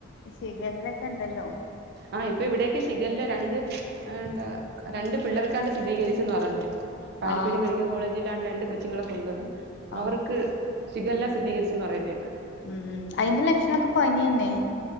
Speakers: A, on the left; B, on the right.
A: ഷിഗെല്ലക്കെണ്ടല്ലോ
B: ആഹ് ഇപ്പ ഇവിടെക്കെ ഷിഗെല്ല രണ്ട് എന്താ രണ്ട് പിള്ളേർക്കാണ്ട് സ്ഥിതീകരിച്ചന്ന് പറഞ്ഞ് പാരിപ്പടി
A: ആഹ്
B: മെഡിക്ക കോളേജില്ലാണ്ട് രണ്ട് കൊച്ച്ങ്ങളെ കൊണ്ട്വന്ന്
A: ആഹ്
B: അവർക്ക് ഷിഗെല്ല സ്ഥിതികരിച്ചെന്ന് പറയ്ന്നെട്ട്
A: ഉം അയിന്റെ ലക്ഷണ‌ക്കെ പനിയെന്നെ